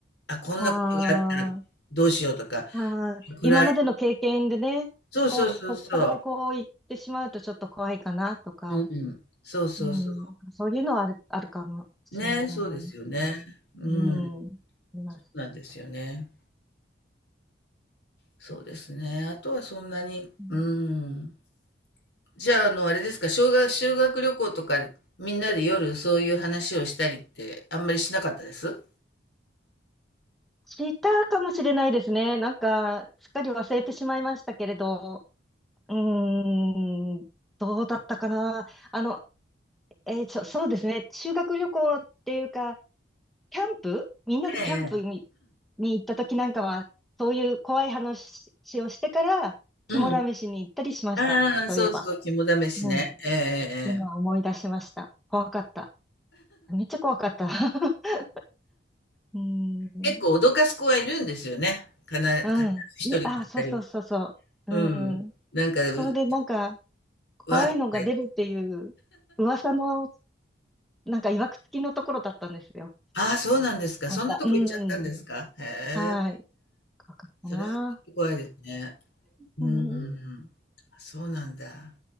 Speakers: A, on the left (about 65°); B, in the centre.
A: あ、こんなことがあったらどうしようとか、
B: はあ。ああ、
A: 暗い。
B: 今までの経験でね、
A: そうそうそうそう。
B: こう、こっからこう行ってしまうとちょっと怖いかなとか、
A: うん。そうそうそ
B: うん、そういうのはある、あるかもしれませんね。
A: う。ね、そうですよね。うん。
B: うん、あります。
A: なんですよね。そうですね。あとはそんなに、
B: うん
A: うん。じゃあ、あの、あれですか、修学、修学旅行とか、みんなで夜そういう話をしたりって、あんまりしなかったです
B: したかもしれないですね。なんか、すっかり忘れてしまいましたけれど、うーん、どうだったかな。あの、えー、そ、そうですね。修学旅行っていうか、キャンプみんなでキャンプに、
A: ええ。
B: に行った時なんかは、そういう怖い話をしてから、
A: うん。
B: 肝試しに行ったりしました。
A: ああ、そうそう、
B: そういえば。
A: 肝試しね。
B: うん。
A: ええええ。
B: 今思い出しました。
A: ええ
B: 怖かった。めっちゃ怖かった。<laughs> うーん。
A: 結構脅かす子はいるんですよね。かな、必ず一人か二人は。
B: うん。いや、あ、そうそうそうそう。
A: うん。
B: うん。
A: なんか、う、
B: それでなんか、怖いのが出るっていう、
A: わーって書いて。
B: 噂の、なんか、いわくつきのところだったんですよ。
A: ああ、そうなんですか。
B: また。
A: そんなとこ行っちゃったんですか。
B: うん。
A: へえ。
B: はい。怖かったな。
A: それはちょっと怖いですね。うん。
B: うん。
A: そうなんだ。